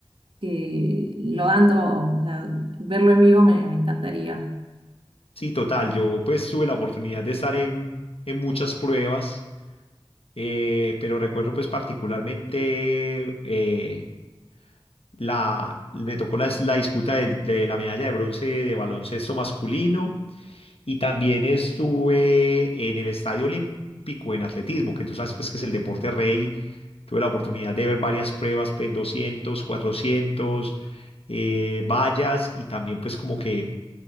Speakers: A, on the right; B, on the left.
A: que lo dan todo, o sea, verlo en vivo me, me encantaría.
B: Sí, total. Yo pues tuve la oportunidad de estar en, en muchas pruebas, eh, pero recuerdo pues particularmente eh, la, me tocó la, la disputa del- de, la medalla de bronce de baloncesto masculino y también estuve en el Estadio Olímpico en atletismo, que tú sabes pues que es el deporte rey. Tuve la oportunidad de ver varias pruebas, pues 200, 400 eh, vallas y también pues como que